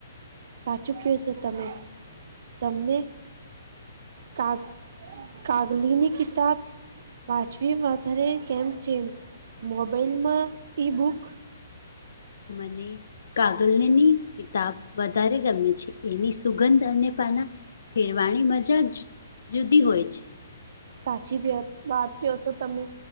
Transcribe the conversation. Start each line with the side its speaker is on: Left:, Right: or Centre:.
Right: સાચું કહેશો તમે? તમને કા કાગલીની કિતાબ વાચમી વધારે કેમ છે, મ મોબાઈલમાં ઈ બુક
Left: મને કાગલની કિતાબ વધારે ગમે છે, એની સુગંધ અને પાના ફેરવાની મજા જ જુદી હોય છે.
Right: સાચી વાય વાત કયો છો તમે?